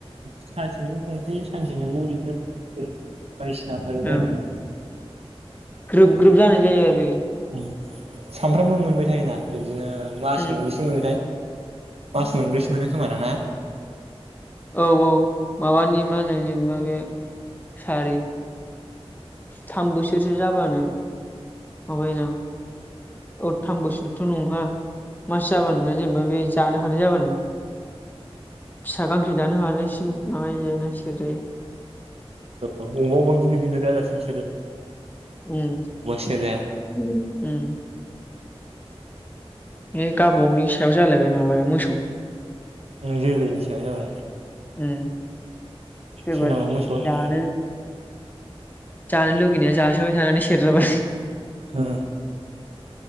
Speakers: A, on the right; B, on the left.
A: सानसेनिखौ संख्रि सानसेनिखौ ओरैनो बायदिसिनाफोर
B: ओं
A: बायनो मोनो
B: ग्रोब ग्रोब जानाय जायो आरो
A: मोनो सानफ्रामबो मोनबाय थायोना बिदिनो मास
B: उम
A: मोनबैसो मोनोथाय मास मोनबैसो मोनो खोमा दां ना
B: औ औ माबानि मा होनो जेनेबा बे सारि थाम बोसोरसो जाबानो माबायोदां अ थाम बोसोरथ नङा मास जाबानो जेनबा बे जानो हानाय जाबानो फिसा गां फिथाय जानो हानायसिम माबाजायो ना सेरजायो
A: औ अबा अबा गिदिर गिदिरा जासिम
B: उम
A: सेरजाया
B: उम उम बे गाबा गावनि सायाव जालायबाय माबाया मो
A: जोलैनि सायाव जाबाय
B: उम सोरबा
A: सोरनाबा मोसौया
B: जानो जानो लुगैनाया जासोबाय थानानै सेरजाबाय
A: ओ